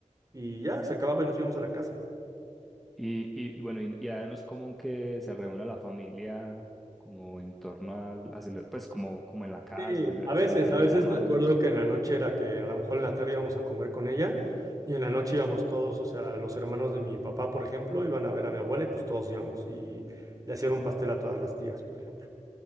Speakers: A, on the right; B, in the centre.
A: y ya se acababa y nos íbamos a la casa.
B: y, y, y bueno, y, y ahora no es común que se reúna la familia como en torno al, a cele- pues como, como en la casa,
A: Sí,
B: a, cele-
A: a
B: a
A: veces,
B: celebrar
A: a
B: el
A: veces
B: Día de la Madre.
A: me acuerdo que en la noche era que a lo mejor en la tarde íbamos a comer con ella, y en la noche íbamos todos, o sea, los hermanos de mi papá, por ejemplo, iban a ver a mi abuela y pues todos íbamos, y le hacían un pastel a todas las tías, por ejemplo.